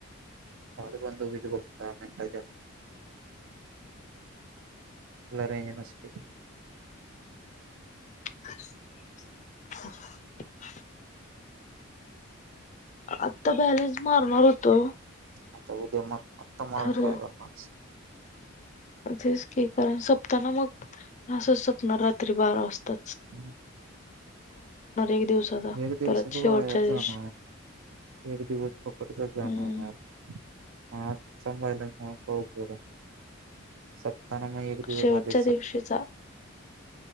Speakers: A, on the right; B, on the left.
A: पाल बंधू विधभक्त मिटाज लरे यां नासाठीली
B: <inaudible> आता बॅलेन्स मारणार होतो
A: आता उद्या मार आता मारून
B: खरं
A: काय का करणारस
B: तेच क कारण सपताना मग असंच सपणार रात्री बारा वाजता
A: मग
B: एक दिवसाचा
A: एक दिवसत
B: परत
A: तर
B: शेवटच्या
A: वयाच
B: दिवशी
A: जाण एक दिवस प फसत जा
B: हम्म
A: आहे या प त्यांना म एक दिवस
B: शेवटच्या
A: आदश
B: दिवशीचा
A: शकतो